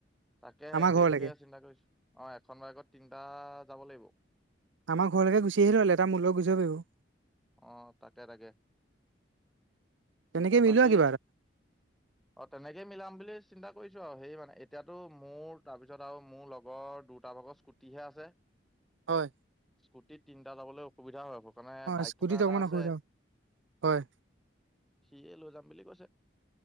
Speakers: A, in the centre; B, on the right.
A: তাকে
B: আমাৰ
A: সেইটোকে
B: ঘৰলৈকে।
A: চিন্তা কৰিছো, অ' এখন বাইকত তিনটা যাব লাগিব।
B: আমাৰ ঘৰলৈকে গুচি আহিলে হ'ল, এটা মূৰ লগত গুচি <unintelligible>
A: অ তাকে
B: পাৰিব।
A: তাকে
B: তেনেকে
A: বাকী
B: মিলোৱা কিবা এটা।
A: অ', তেনেকে মিলাম বুলি চিন্তা কৰিছো আৰু, সেই মানে এতিয়াতো মোৰ তাৰপিছত আৰু মোৰ লগৰ দুটা ভাগত স্কুটিহে আছে,
B: হয়,
A: স্কুটিত তিনটা যাবলে সুবিধা হ'ব, মানে
B: অ'
A: বাইক
B: স্কুটিত
A: থকা এটা
B: অকণমান
A: আছে।
B: অসুবিধা হ'ব। হয়,
A: সিয়ে লৈ যাম বুলি কৈছে।